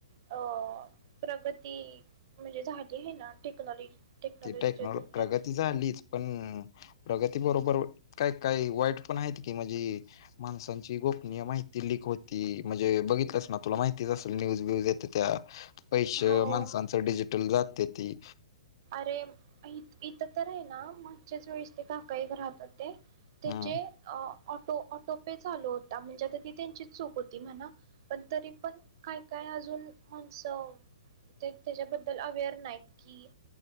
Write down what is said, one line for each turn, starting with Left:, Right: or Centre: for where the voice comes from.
Right: अ प्रगती म्हणजे झाली आहे ना. टक्नलॉज टेक्नॉलॉजीच्या
Left: ती टेक्नॉलॉ
Right: दुनियेत
Left: प्रगती झालीच पण प्रगती बरोबर काय काही वाईट पण आहेत की म्हणजे माणसांची गोपनीय माहिती लिक होती. म्हणजे बघितलंच ना तुला माहितीच असेल न्यूज व्यूज येत्यात्या. पैश
Right: हो
Left: माणसांचं डिजिटल जात तेति
Right: अरे इथं तर आहे ना मागच्याच वेळेस ते काका एक राहतात. ते त्यांचे
Left: हम्म
Right: ऑटो ऑटोपे चालो होता म्हणजे आता ती त्यांचीच चूक होती म्हणा. पण तरी पण काय काय अजून माणसं ते त्याच्याबद्दल अवेअर नाहीत कि